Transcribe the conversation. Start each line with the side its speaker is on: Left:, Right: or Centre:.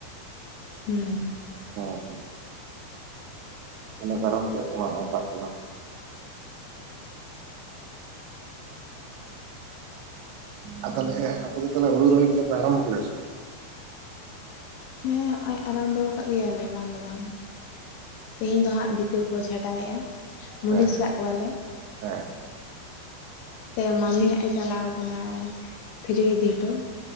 Left: ᱦᱩᱸ ᱾
Right: ᱦᱚ ᱦᱳᱭ ᱾ ᱤᱱᱟᱹ ᱠᱟᱨᱚᱱ ᱛᱮ ᱚᱱᱟ ᱚᱝᱠᱟ ᱠᱟᱱᱟ ᱾ ᱟ ᱛᱟᱦᱞᱮ ᱟᱯᱮ ᱫᱚ ᱛᱟᱦᱞᱮ ᱦᱩᱲᱩ ᱨᱚᱦᱚᱭ ᱠᱚᱫᱚ ᱯᱮ ᱟᱨᱚᱝᱵᱚ ᱠᱮᱫᱟ ᱥᱮ
Left: ᱦᱮᱸ ᱦᱚᱜᱚᱭ ᱟᱨᱟᱢᱵᱚ ᱟᱠᱟᱜ ᱜᱮᱭᱟᱞᱮ ᱵᱟᱝ ᱫᱚ ᱵᱟᱝ ᱛᱮᱦᱤᱧ ᱫᱚ ᱦᱟᱸᱜ ᱵᱷᱤᱛᱟᱹ ᱠᱚ ᱪᱷᱟᱰᱟᱣᱮᱫᱼᱟ ᱢᱩᱱᱤᱥ
Right: ᱦᱮᱸ
Left: ᱠᱟᱜ ᱠᱚᱣᱟᱞᱮ
Right: ᱦᱮᱸ ᱾
Left: ᱛᱮ ᱢᱟᱢᱤ ᱦᱟᱸᱜᱼᱮ ᱪᱟᱞᱟᱣ ᱠᱟᱱᱟᱭ ᱠᱷᱟᱹᱡᱟᱹᱲᱤ ᱤᱫᱤᱦᱚᱴᱚ ᱾